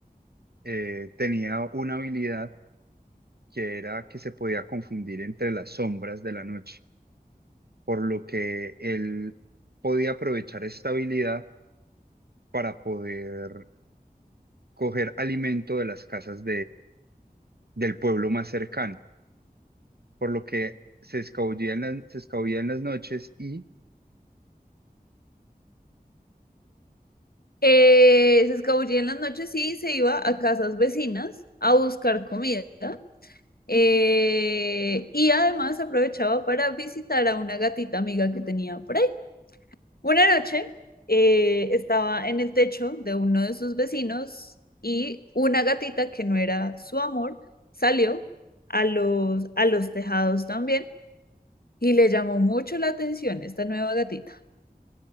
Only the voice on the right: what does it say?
eh, tenía una habilidad que era que se podía confundir entre las sombras de la noche, por lo que él podía aprovechar esta habilidad para poder coger alimento de las casas del pueblo más cercano, por lo que se escabullía en las, se escabullía en las noches y